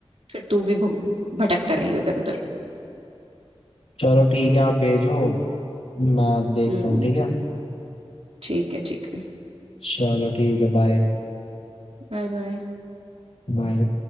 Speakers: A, on the right; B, on the left.
A: फिर तू भी भु- भटकता रही उधर उधर
B: चलो ठीक है आप भेजो मैं देखता
A: हम्म
B: हूँ ठीक है
A: ठीक है ठीक है
B: चलो ठीक है बाय
A: बाय बाय
B: बाय